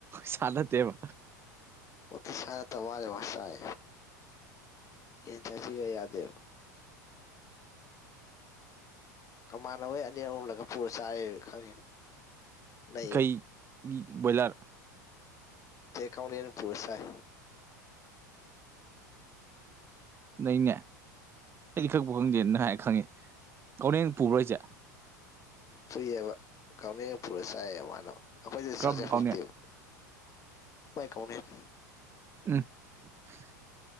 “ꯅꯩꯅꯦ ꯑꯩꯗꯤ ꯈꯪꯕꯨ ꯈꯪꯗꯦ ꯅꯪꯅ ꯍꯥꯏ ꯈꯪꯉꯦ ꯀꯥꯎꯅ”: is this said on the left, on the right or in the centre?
Right